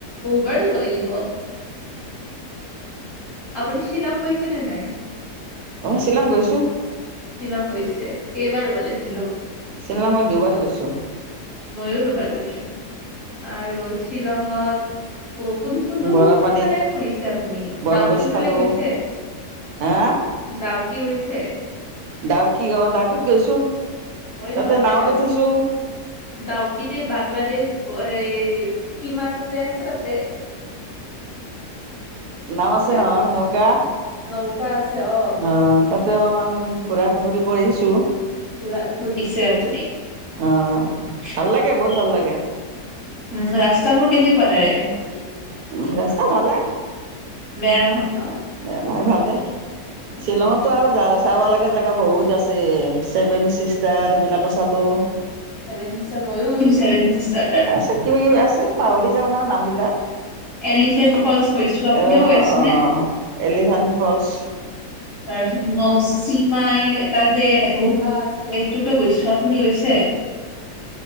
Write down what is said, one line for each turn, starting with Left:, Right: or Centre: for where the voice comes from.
Left: বহুবাৰ যাব লাগিব, আপুনি শ্বিলং গৈছেনে নাই?
Right: অ, শ্বিলং গৈছোঁ।
Left: শ্বিলং গৈছে কেইবাৰ গলে শ্বিলং?
Right: শ্বিলংত দুইবাৰ গৈছো।
Left: ময়ো দুবাৰ গৈছো আৰু শ্বিলং। কোন কোনটো
Right: বৰাপানীত
Left: কোনফালে ফুৰিছে আপুনি
Right: বনভোজ
Left: ডাউকি ফালে
Right: খালো
Left: গৈছে?
Right: হা
Left: ডাউকি হৈছে।
Right: ডাউকি অ ডাউকি গৈছো।
Left: মই
Right: তাতে
Left: যোৱা নাই
Right: নাৱত
Left: ডাউকি
Right: উঠিছো
Left: ডাউকিতে বাংলাদেশ। এই। সীমাটোতে আছে আতে ।
Right: নাৱ আছে
Left: আপুনি
Right: নহয় নৌকা অ
Left: নৌকা আছে অ
Right: তাতে অলপমান ঘুৰা ঘৰি। কৰিছোঁ।
Left: পুৰা ফুৰিছে আপুনি
Right: আহ
Left: উম
Right: ভাল লাগে বহুত ভাল লাগে
Left: ৰাস্তা বোৰ কেনেকো। <unintelligible>
Right: উম ৰাস্তা ভালে।
Left: বেয়া নহয় ন।
Right: বেমাৰ ভালে। শ্বিলংতো
Left: অ
Right: আৰু যা । চাব লগা জেগা বহুত আছে ছেভেন চিষ্টাৰ সেইবিলাকো চালো।
Left: ছেভেন চিষ্টাৰ ময়ো গৈছো ছেভেন চিষ্টাত।
Right: আছে কিবা কিবি আছে পাহৰি যাওঁ নহয় নাম বিলাক
Left: এলিফেন্ট ফলচ গৈছো আপুনিও
Right: এ অহ
Left: গৈছেনে
Right: এলিফেণ্ট ফলচ ।
Left: <unintelligible> এটা যে গুহা আছে এইটোতো গৈছো আপুনি গৈছে।